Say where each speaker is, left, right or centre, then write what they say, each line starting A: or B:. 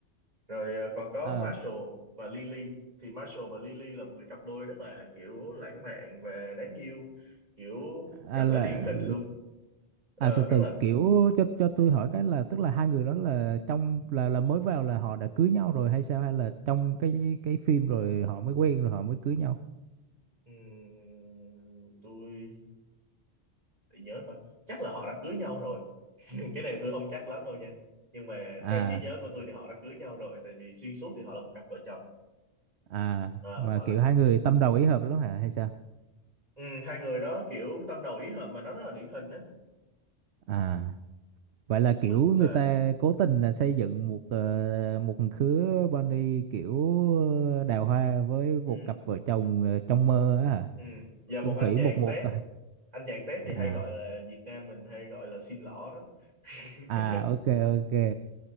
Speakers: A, on the right (about 35°); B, on the right (about 70°).
A: rồi ờ, còn có
B: à,
A: Marshall
B: Ờ,
A: và Lily thì Marshall và Lily là một cái cặp đôi rất là kiểu lãng mạn và đáng yêu kiểu
B: à
A: rất
B: là
A: là điển hình luôn Ờ,
B: à từ từ
A: rất là
B: kiểu cho cho tôi hỏi cái là tức là hai người đó là trong là là mới vào là họ đã cưới nhau rồi hay sao hay là trong cái cái phim rồi họ mới quen rồi họ mới cưới nhau
A: ừm, tôi để nhớ coi chắc là họ đã cưới nhau rồi <laughs> cái này tôi không chắc lắm đâu nha nhưng mà
B: à
A: theo trí nhớ của tôi thì họ đã cưới nhau rồi tại vì xuyên suốt thì họ là một cặp vợ chồng
B: à
A: À,
B: mà
A: họ là
B: kiểu hai người
A: một
B: tâm đầu ý hợp lắm hả hay sao
A: ừ, hai người đó kiểu tâm đầu ý hợp mà nó rất là điển hình á
B: à Vậy là kiểu
A: tức
B: người
A: là
B: ta cố tình là xây dựng một ờ, một khứa bunny kiểu đào hoa với một
A: ừ,
B: cặp vợ chồng ờ, trong mơ á hả?
A: ừ. và một
B: Chung thủy
A: anh chàng
B: một một
A: tép
B: à.
A: anh chàng tép
B: À,
A: thì hay gọi là Việt Nam mình hay gọi là sim lỏ đó <laughs>
B: à ok ok.